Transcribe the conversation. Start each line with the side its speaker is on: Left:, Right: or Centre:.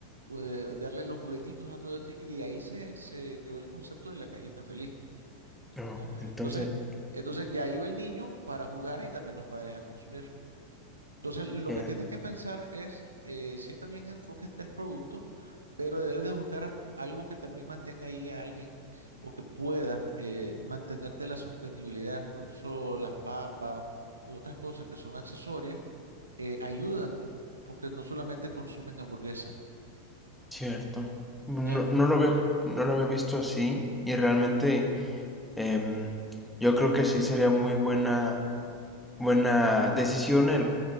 Right: eh, darle los juguetitos a todo esto y de ahí se, se creó el concepto de la cajita feliz.
Centre: Oh,
Right: ¿ya?
Centre: entonces,
Right: Entonces, entonces ya iba el niño para jugar y también los padres a consumir. Entonces, lo
Centre: sea
Right: que tienes que pensar es, eh, si está bien que enfoques tres productos, pero debes de buscar algo que también mantenga ahí a alguien o que pueda eh, mantenerte la sostenibilidad. Por eso las papas u otras cosas que son accesorias eh, ayudan porque no solamente consumen hamburguesa,
Centre: cierto. No,
Right: ¿ya?
Centre: no lo había, no lo había visto así y realmente em, yo creo que sí sería muy buena, buena decisión el